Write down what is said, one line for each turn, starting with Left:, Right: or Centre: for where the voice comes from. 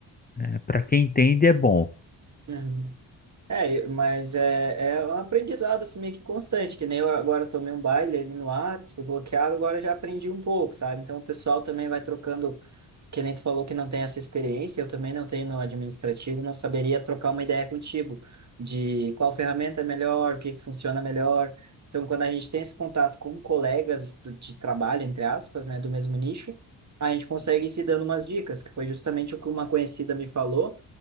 Left: né, para quem entende, é bom.
Right: hum. É, mas é, é um aprendizado assim, meio que constante, que nem eu agora tomei um baile ali no Whats, fui bloqueado, agora já aprendi um pouco, sabe? Então o pessoal também vai trocando, que nem tu falou que não tem essa experiência, eu também não tenho no administrativo, não saberia trocar uma ideia contigo de qual ferramenta é melhor, o que que funciona melhor. Então quando a gente tem esse contato com colegas do- de trabalho, entre aspas, né, do mesmo nicho, a gente consegue ir se dando umas dicas, que foi justamente o que uma conhecida me falou